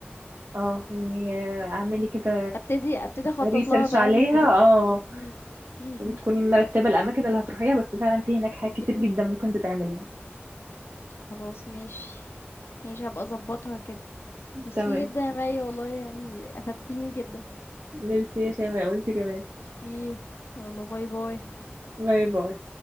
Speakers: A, on the right; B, on the left.
A: اه يعني اعملي كده
B: أبتدي أبتدي أخطّط
A: ريسيرش
B: لها بقى
A: عليها
B: من دلوقتي.
A: اه
B: إمم، إمم،
A: وتكوني
B: إمم،
A: مرتبة الأماكن اللي هتروحيها بس فعلا في هناك حاجات
B: أوكي،
A: كتير جدا ممكن تتعمل يعني
B: خلاص ماشي، ماشي هابقى أضبّطها كده. ميرسي
A: تمام
B: جدًا يا مَي والله يعني أفدتيني جدًا،
A: ميرسي يا شيماء وانت كمان
B: ميرسي، يالّا باي، باي.
A: باي باي